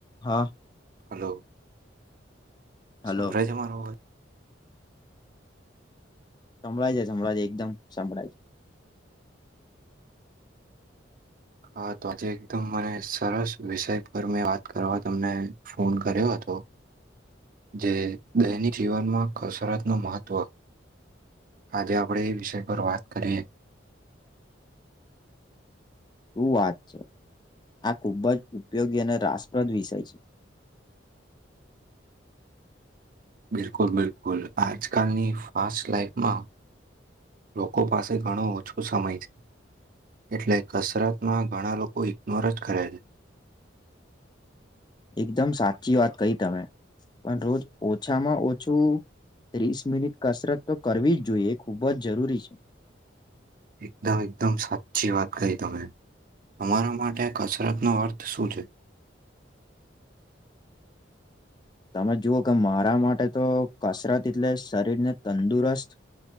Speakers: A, on the left; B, on the right.
A: હા
B: hello
A: hello
B: સંભળાય મારો અવાજ
A: સંભળાય છે સંભળાયજે એકદમ સંભળાય છે
B: હા તો આજે એકદમ મને સરસ વિષય પર મેં વાત કરવા તમને ફોન કર્યો હતો
A: <inaudible>
B: જે દૈનિક જીવનમાં કસરતનું મહત્વ આજે આપણે એ વિષય પર વાત કરીએ.
A: શું વાત છે, આ ખૂબ જ ઉપયોગી અને રાસપ્રદ વિષય છે. <inaudible>
B: બિલકુલ બિલકુલ આજકાલની ફાસ્ટ લાાઈફમાં લોકો પાસે ઘણો ઓછો સમય છે. એટલે કસરતમાં ઘણા લોકો ઇગ્નોર જ કરે છે.
A: એકદમ સાચી વાત કહી તમે, પણ રોજ ઓછામાં ઓછું ત્રીસ મિનિટ કસરત તો કરવી જ જોઈએ એ ખૂબ જ જરૂરી છે.
B: એકદમ એકદમ સાચી વાત કહી તમે. તમારા માટે કસરતનો અર્થ શું છે?
A: <inaudible> તમે જુઓ કે મારા માટે તો કસરત એટલે શરીરને તંદુરસ્ત